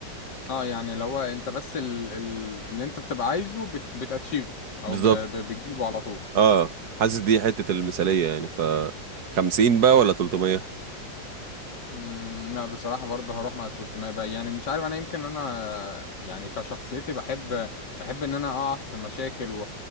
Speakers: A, on the left; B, on the right.
A: اه يعني لو هو انت بس ال... ال... اللي انت بتبقى عايزه بت... بتاتشيفه او
B: بالظبط
A: ب... ب... بتجيبه على طول
B: اه حاسس دي حتة المثالية يعني ف 50 بقى ولا 300
A: امم لا بصراحة برضه هروح مع ال 300 بقى يعني مش عارف انا يمكن انا يعني كشخصيتي بحب بحب ان انا اقع في مشاكل و...